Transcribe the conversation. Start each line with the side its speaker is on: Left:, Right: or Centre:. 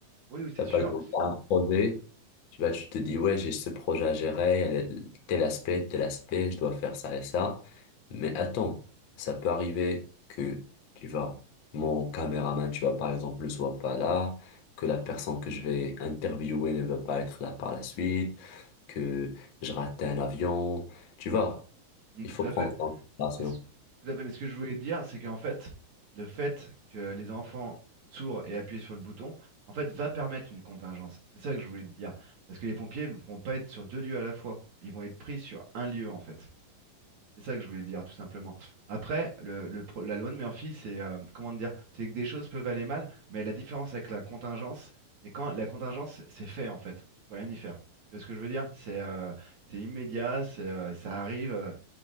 Right: oui, oui,
Left: Tu
Right: c'est
Left: vas
Right: sûr.
Left: par exemple t'as un projet, tu vas, tu te dis, ouais, j'ai ce projet à gérer, il y a le- tel aspect, tel aspect, je dois faire ça et ça. Mais attends, ça peut arriver que, tu vois, mon caméraman, tu vois, par exemple, ne soit pas là, que la personne que je vais interviewer ne va pas être là par la suite, que je rate un avion, tu vois,
Right: Mm,
Left: il
Right: Tout
Left: faut
Right: à
Left: prendre
Right: fait.
Left: ça en considération.
Right: Mais, ce- tout à fait. Mais ce que je voulais dire, c'est qu'en fait, le fait que les enfants sourds aient appuyé sur le bouton, en fait, va permettre une contingence. C'est ça que je voulais te dire. Parce que les pompiers ne pourront pas être sur deux lieux à la fois. Ils vont être pris sur un lieu, en fait. C'est ça que je voulais dire, tout simplement. Après, le, le pro- la loi de Murphy, c'est euh, comment te dire, c'est que des choses peuvent aller mal, mais la différence avec la contingence, c'est quand la contingence, c'est fait, en fait. Tu peux rien y faire. Tu vois ce que je veux dire? C'est euh, c'est immédiat, c'est, euh, ça arrive. euh,